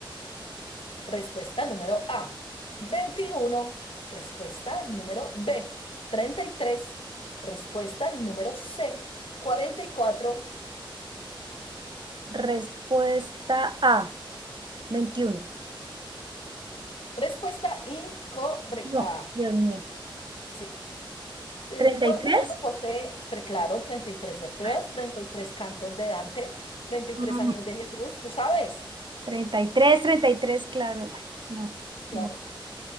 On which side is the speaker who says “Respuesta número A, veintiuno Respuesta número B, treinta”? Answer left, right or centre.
Left